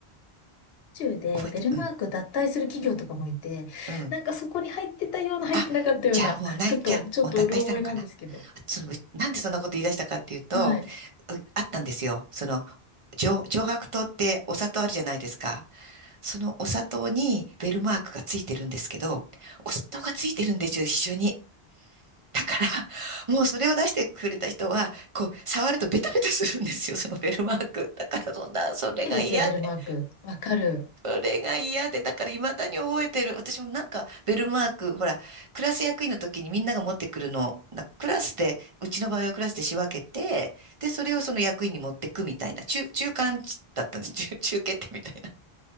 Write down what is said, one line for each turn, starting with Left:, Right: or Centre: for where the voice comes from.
Left: 宙でベルマーク脱退する企業とかもいて、
Right: 覚えて、うんうん。
Left: なんかそこに入ってたような、入ってなかったような、
Right: あ、じゃあもうない、
Left: ちょっと、
Right: じゃあ、
Left: ちょっとうろ覚えなんですけど。
Right: もう脱退したのかな。その、なんでそんなこと言い出したかっていうと、
Left: はい。
Right: うあったんですよ。その、上、上白糖ってお砂糖あるじゃないですか。そのお砂糖にベルマークがついてるんですけど、お砂糖がついてるんですよ、一緒に。だから、もうそれを出してくれた人は、こう、触るとベタベタするんですよ、そのベルマーク。だから、そんな、それが嫌で。
Left: ないですよ、ベルマーク。わかる。
Right: それが嫌で、だから未だに覚えてる。私もなんか、ベルマーク、ほら、クラス役員の時にみんなが持ってくるのを、なクラスで、うちの場合はクラスで仕分けて、で、それをその役員に持ってくみたいな、中、中間だったんです。<laughs> 中、中決定みたいな。